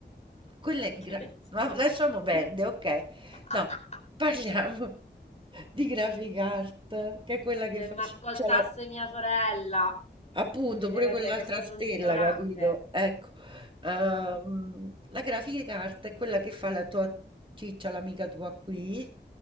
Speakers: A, on the right; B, on the left.
A: quella
B: <laughs>
A: è
B: che
A: gra
B: ne so.
A: ma lasciamo perde, okay.
B: <laughs>
A: No, parliamo <laughs> di Graphic Art, che è quella che
B: Se
A: face
B: mi ascoltasse
A: c'è la
B: mia sorella,
A: Appunto,
B: mi
A: pure
B: direbbe
A: quell'altra
B: che sono
A: stella,
B: un ignorante.
A: capito? Ecco, ehm, la grafica carta è quella che fa la tua ciccia, l'amica tua qui,